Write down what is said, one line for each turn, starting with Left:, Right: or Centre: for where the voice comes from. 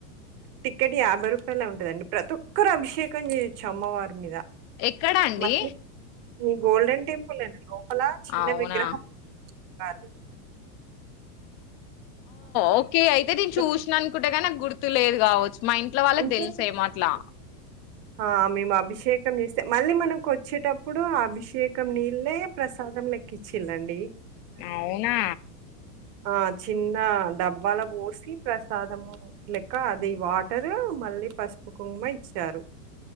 Right: టిక్కెట్ యాభై రూపాయలు ఉంటదండి ప్రతి ఒక్కరు అభిషేకం చేయొచ్చు అమ్మవారి మీద
Left: ఎక్ ఎక్కడ అండి.
Right: మళ్ళీ ఈ గోల్డన్ టెంపల్ అన కో లా చిన్న
Left: అవునా
Right: విగ్రహం కార్ ది
Left: ఓకే అయితే
Right: అభిషేకం
Left: నేన్ చూసిన అనుకుంట గానీ నాక్ గుర్తులేదు కావచ్ మా ఇంట్లో వాళ్ళకి
Right: అంటే
Left: తెలుసే మో అట్లా
Right: ఆ మేము అభిషేకం చేస్తే మళ్ళీ మనకు వచ్చేటప్పుడు ఆ అభిషేకం నీళ్ళే ప్రసాదం లెక్కిచ్చిళండి
Left: అవునా
Right: ఆ చిన్న డబ్బాల పోసి ప్రసాదము లెక్క, అది వాటరు మళ్ళీ పసుపు కుంకుమ ఇచ్చారు